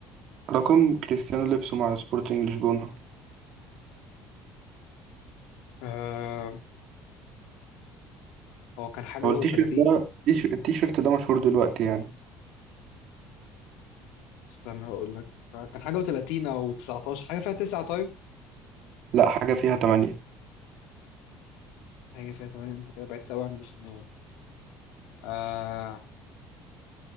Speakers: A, on the right (about 65°); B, on the left (about 85°).
A: رقم كريستيانو لبسه مع سبورتنج لشبونة
B: آه هو كان حاجه
A: هو التيشيرت
B: و30
A: ده التيش- التيشيرت ده مشهور دلوقتي يعني
B: استنى هقول لك كان حاجة و30 أو 19 حاجة فيها 9 طيب
A: لا حاجة فيها تمانية
B: حاجة فيها 8 أنت كده بعدت أوي عن اللي في النهاية آه